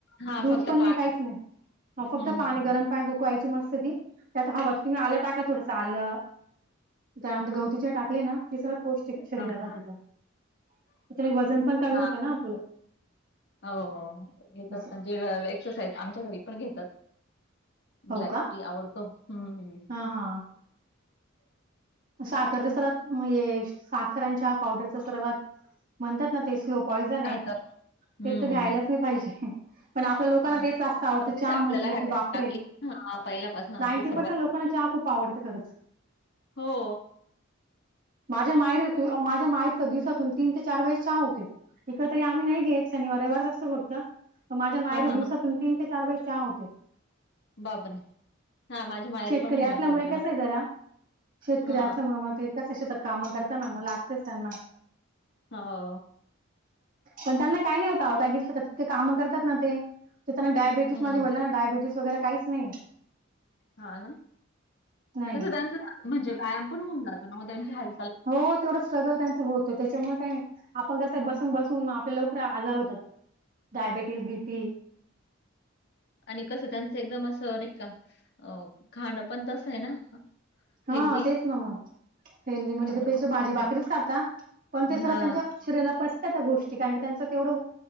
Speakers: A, on the left; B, on the right.
A: हां,
B: दूध
A: फक्त
B: पण
A: पाणी.
B: नाही काहीच नाही फक्त
A: हं,
B: पाणी
A: हं,
B: गरम
A: हं.
B: उखळायची मस्त ती त्यात हवा तुम्ही आलं टाका थोडसं आलं त्यानंतर
A: हां,
B: गवती चहा टाकले ना ती सगळं पौष्टिक शरीरासाठीच्या
A: हां,
B: त्याच्यान वजन
A: हां.
B: पण कमी
A: हां.
B: होतं ना आपलं.
A: हो घेतात
B: असं
A: म्हणजे एक्सरसाइज आमच्या घरी पण घेतात.
B: हो
A: ब्लॅक
B: का
A: टी आवडतो, हम्म.
B: हा हा. साखर दिसात म्हणजे साखरांच्या पावडरच सर्वात, म्हणतात ना ते स्लो पॉयझन आहे.
A: राहतात हम्म
B: ते तर घ्यायलाच नाही पाहिजे. पण आपल्या लोकांना
A: हो
B: तेच
A: ना
B: जास्त आवडतं,
A: पण कस
B: चहा
A: आपल्याला
B: म्हटलं
A: हॅबिट
B: की बापरे,
A: लागली हा पहिल्यापासून अशी
B: नाईंटी
A: सवय
B: पर्सेंट लोकांना चहा खूप खूप आवडते खरंच.
A: हो.
B: माझ्या मायरी तु, माझ्या मायरच दिवसातून तीन ते चार वेळेस चहा होते. इतरी आम्ही नाही घेत, शनिवार रविवार जास्त फक्त, पण माझ्या मायरी
A: हा हा
B: दिवसातून
A: हा
B: तीन ते चार वेळेस चहा होतो.
A: बापरे हा माझ्या माहेरी
B: शेतकरी
A: पण म्हणजे
B: असल्यामुळे
A: माझ्या वडिलांना
B: कसय आहे जरा, शेतकरी
A: हा
B: असल्यामुळे मग एकाच शेतात काम करताना मला लागतेच त्यांना.
A: हो.
B: पण त्यांना काही नाही होत आवो, कारण की सतत कामं करतात ना ते. तर त्यांना डायबिटीस
A: हम्म
B: माझे वडिलाना डायबेटीस वगैरे काहीच नाही.
A: हा
B: नाही
A: तसं त्याचं म्हणजे व्यायाम पण होऊन जात ना ओ त्यांची हाल
B: हो तेवढं स्ट्रगल त्यांचं होतं, त्याच्यामुळे काही नाही. आपण कसं बसून बसून मग आपल्या लवकर आजार होतात. Diabetes B P.
A: आणि कसं त्यांचं एकदम असं नाही का, अ खाणं पण तसं आहे ना.
B: हा
A: हेल्दी
B: तेच ना मग, हेल्दी म्हणजे
A: खाणं पण
B: बेच भाजी भाकरीच
A: आहे.
B: खाता, पण ते सर
A: हा
B: त्यांच्या शरीराला पचतात त्या गोष्टी कारण का त्यांच तेवढं